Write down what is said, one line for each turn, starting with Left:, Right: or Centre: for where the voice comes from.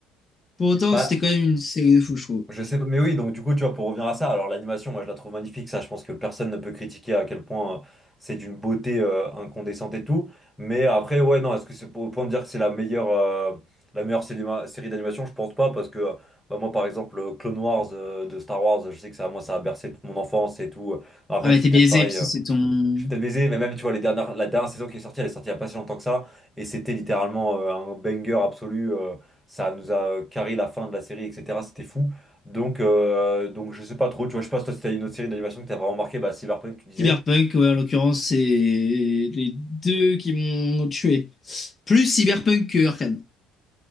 Left: Pour autant,
Centre: Bah,
Left: c'était quand même une série de fou, je trouve.
Centre: je sais pas, mais oui, donc du coup, tu vois, pour revenir à ça, alors l'animation, moi je la trouve magnifique, ça je pense que personne ne peut critiquer à quel point euh, c'est d'une beauté euh, incandescente et tout, mais après, ouais, non, est-ce que c'est pour, au point de dire que c'est la meilleure, euh, la meilleure célima- série d'animation, je pense pas, parce que euh, bah, moi par exemple, euh, Clone Wars euh, de Star Wars, je sais que ça, moi ça a bercé toute mon enfance et tout, après
Left: Ah bah
Centre: c'est
Left: t'es
Centre: peut-être
Left: biaisé,
Centre: pareil,
Left: parce
Centre: euh,
Left: que c'est ton...
Centre: Je suis peut-être baisé, mais même, tu vois, les dernières, la dernière saison qui est sortie, elle est sortie il n'y a pas si longtemps que ça. Et c'était littéralement euh, un banger absolu. euh, ça nous a euh, carré la fin de la série, etc. C'était fou. Donc, euh, donc, je sais pas trop. Tu vois, je sais pas si toi, si t'as une autre série d'animation que t'as vraiment marqué, bah, Cyberpunk, tu disais.
Left: Cyberpunk, ouais, en l'occurrence, c'est les deux qui m'ont tué. Plus Cyberpunk que Arkane.